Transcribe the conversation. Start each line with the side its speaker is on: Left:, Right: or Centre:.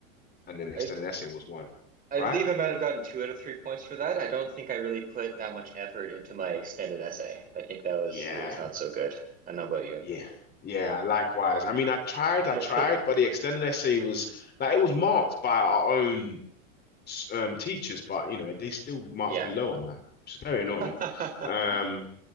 Left: and then extended
Right: I
Left: essay was one
Right: I
Left: right
Right: believe I might have gotten two out of three points for that. I don't think I really put that much effort into my extended essay. I think that was
Left: yeah
Right: it was not so good. I don't know about you.
Left: yeah yeah likewise I mean I tried
Right: <laughs>
Left: I tried but the extended essay was like it was marked by our own um, teachers, but you know they still marked
Right: Yeah.
Left: me low on that, which is very annoying.
Right: <laughs>
Left: Um,